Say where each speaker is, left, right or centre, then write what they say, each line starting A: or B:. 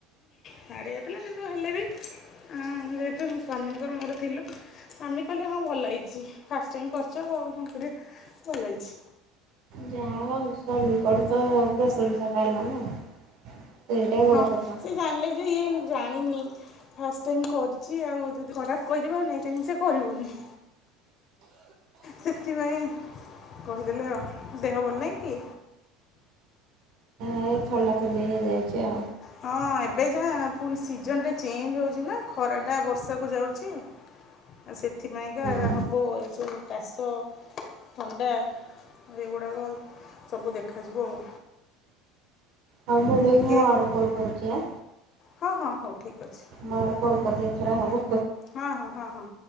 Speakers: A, on the left; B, on the right.
A: ଛାଡି ଯାଇଥିଲା କିନ୍ତୁ ହେଲେ ବି, ଆଁ ଯେହେତୁ ସ୍ଵାମୀଙ୍କର ମୋର ଥିଲୁ ସ୍ବାମୀ କହିଲେ ହଁ ଭଲ ହେଇଛି। ଫାଷ୍ଟ ଟାଇମ କରିଚ ଆଉ କଣ କରିବ ଭଲ ହେଇଛି।
B: ଯାହା ହଉ ସ୍ୱାମୀଙ୍କର ତ ପ୍ରଶଂସା ପାଇଲ ନା। ସେଇଟା ବଡ଼
A: ହଁ
B: କଥା।
A: ସେ ଜାଣିଲେ ଯେ ଇଏ ଜାଣିନି, ଫାଷ୍ଟ ଟାଇମ କରିଛି ଆଉ ଯଦି ଖରାପ କହିଦେବା ଆଉ ନେକ୍ସଟ୍ ଟାଇମ ସେ କରିବନି। ସେଥିପାଇଁ କହିଦେଲେ ଆଉ। ଦେହ ଭଲ ନାହିଁ କି?
B: ନାଇଁ ଥଣ୍ଡା ଥଣ୍ଡି ହେଇଯାଇଛି ଆଉ।
A: ହଁ ଏବେ ଯାହା ପୁଣି ସିଜନଟା ଚେଞ୍ଜ ହଉଛି ନା ଖରାଟା ବର୍ଷାକୁ ଯାଉଛି। ଆ ସେଥିପାଇଁକା
B: ହଁ
A: ହବ ଏସବୁ କାଶ ଥଣ୍ଡା ଏଗୁଡ଼ାକ ସବୁ ଦେଖାଯିବ ଆଉ।
B: ହଉ ମୁଁ ଦେଖି,
A: ଟିକେ
B: ମୋ ଆଡ଼ୁ କଲ୍ କରୁଛି ଆ
A: ହଁ ହଁ ହଉ ଠିକ୍ ଅଛି।
B: ମୋ ଆଡୁ କଲ କରିଦିଏ ଥରେ ଆଉ
A: ହଁ ହଁ ହଁ ହଁ।